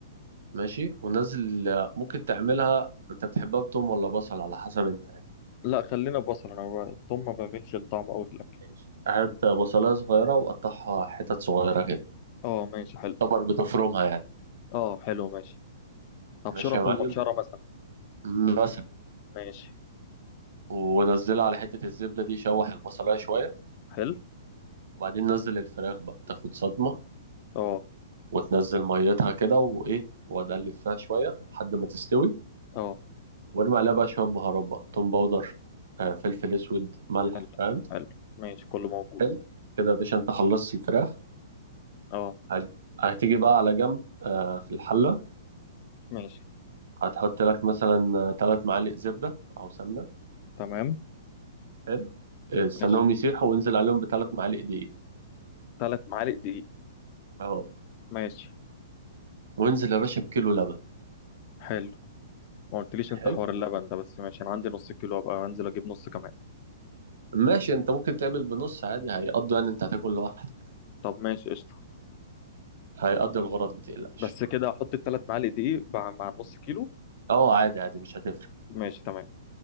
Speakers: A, on the right; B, on the left.
A: ماشي ونزل ممكن تعملها انت بتحبها بتوم ولا بصل على حسب انت يعني
B: لا خلينا بصل أنا ب- التوم ما بعملش الطعم أوي في الأكل
A: ماشي هات بصلاية صغيرة وقطعها حتت صغيرة كده
B: اه ماشي حلو
A: طبعا بتفرمها يعني
B: اه حلو ماشي أبشرها
A: ماشي يا
B: في
A: معلم
B: المبشرة مثلا
A: مثلا
B: ماشي
A: ونزلها على حتة الزبدة دي شوح البصلاية شوية
B: حلو
A: وبعدين نزل الفراخ بقى تاخد صدمة
B: اه
A: وتنزل ميتها كده وإيه وتقلب فيها شوية لحد ما تستوي
B: اه
A: وارمي عليها بقى شوية بهارات بقى توم باودر آه، فلفل اسود ملح
B: حلو
A: فاهم
B: حلو ماشي كله موجود
A: حلو كده يا باشا انت خلصت الفراخ
B: اه
A: هت- هتيجي بقى على جنب آه، في الحلة
B: ماشي
A: هتحط لك مثلا ثلاث معالق زبدة أو سمنة
B: تمام
A: حلو آه، استناهم
B: ماشي
A: يسيحوا وانزل عليهم بثلاث معالق دقيق
B: تلات معالق دقيق
A: اهو
B: ماشي
A: وانزل يا باشا بكيلو لبن
B: حلو ما قلتليش انت
A: حلو
B: حوار اللبن ده بس ماشي انا عندي نص كيلو ابقى انزل اجيب نص كمان
A: ماشي انت ممكن تعمل بنص عادي هيقضوا يعني انت هتاكل لوحدك
B: طب ماشي قشطه
A: هيقضي الغرض ما تقلقش
B: بس كده احط الثلاث معالق دقيق مع مع النص كيلو
A: اه عادي عادي مش هتفرق
B: ماشي تمام